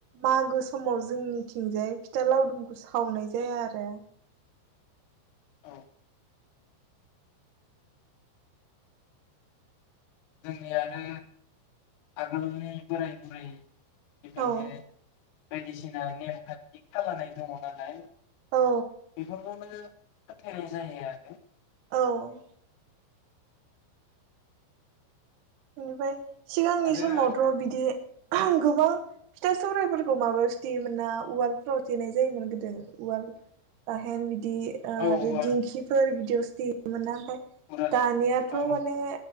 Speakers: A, on the right; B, on the left.
A: मागो समाव जोंनिथिंजाय फिथा लावदुमखौ सावनाय जाया आरो
B: औ जोंनियानो आगोलनि बोराय बुरै बेखायनो
A: औ
B: बायदिसिना नेमखान्थि खालामनाय दङ नालाय
A: औ
B: बेफोरखौनो फोथायनाय जायो आरो
A: औ ओमफाय सिगांनि
B: आरो
A: समावथ'
B: आरो
A: बिदि गोबां फिथा सौरायफोरखौ माबायाव देयोमोन ना उवालफोराव देनाय जायोमोन गोदो उवाल गाहेन बि दि आरो
B: औ उवाल
A: दिंखिफोर बिदियावसो देमोना ओमफाय
B: उराल
A: दानियाथ'
B: औ
A: माने